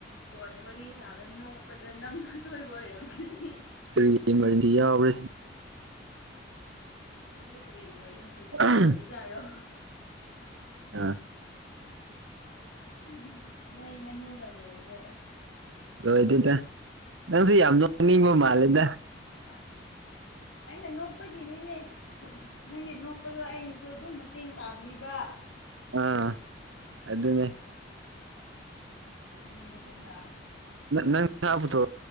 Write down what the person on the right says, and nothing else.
ꯀꯔꯤ ꯏꯃꯥꯔꯖꯦꯟꯁꯤ ꯌꯥꯎꯕ꯭ꯔꯥ
ꯑꯥ
ꯑ
ꯂꯣꯏꯗꯦꯗ ꯅꯪꯁꯨ ꯌꯥꯝ ꯅꯣꯛꯅꯤꯡꯕ ꯃꯥꯜꯂꯦꯗ
ꯑꯥ ꯑꯗꯨ ꯑꯗꯨꯅꯦ
ꯅꯪ ꯁꯥꯕꯊ